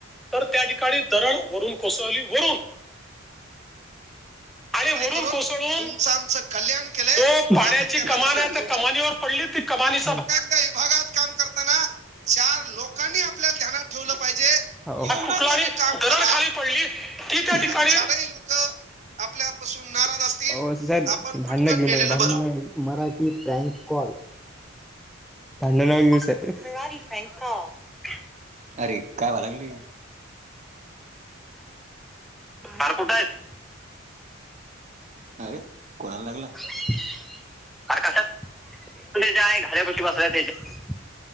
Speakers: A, in the centre; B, on the right.
A: तर त्या ठिकाणी दरण वरून कोसळली वरून
B: रांगोळी
A: आणि वरून
B: करून
A: कोसळून
B: तुमचं आमचं कल्याण केलंय
A: जो
B: म्हणून
A: पाण्याची
B: आपण त्यांना
A: कमान
B: ध्यानात
A: आहे त्या कमानीवर पडली ती कमानी स
B: त्या विभागात काम करताना चार लोकांनी आपल्याला ध्यानात ठेवलं पाहिजे
A: <unintelligible> दरड
B: एवढं तरी काम करा
A: खाली पडली, ती त्या
B: आणि
A: ठिकाणी
B: चारही लोक आपल्यापासून नाराज असतील
A: आओ
B: तर
A: सर
B: आपण
A: भांडण
B: पटकन
A: घेऊन
B: मेलेलं
A: नका,
B: बरं
A: मराठी प्रँन्क भांडण लावाय वीस हायत. <inaudible>
B: अरे! काय वा लागलय?
A: आरं कुठे आहेस?
B: अरे! कोणाला लागला?
A: <inaudible> अरे कशात <unintelligible>